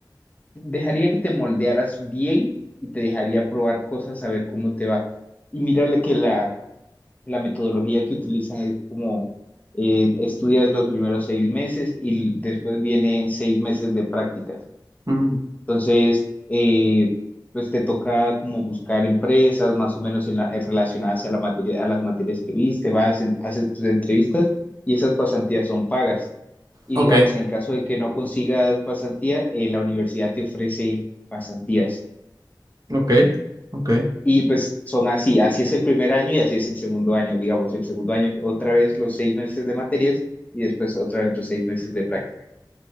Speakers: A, on the left; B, on the right.
A: dejaría que te moldearas bien y te dejaría probar cosas a ver cómo te va. Y mírale que la, la metodología que utilizan es como eh, estudias los primeros seis meses y después vienen seis meses de prácticas.
B: Ujú.
A: Entonces, eh, pues te toca como buscar empresas más o menos en la- eh, relacionadas a la materia, a las materias que viste, vas, en- haces tus entrevistas y esas pasantías son pagas. Y
B: Ok,
A: digamos, en el caso de que no consigas pasantía, eh, la universidad te ofrece pasantías.
B: ok, ok.
A: Y pues son así, así es el primer año y así es el segundo año, digamos, el segundo año otra vez los seis meses de materias y después otra vez los seis meses de práctica.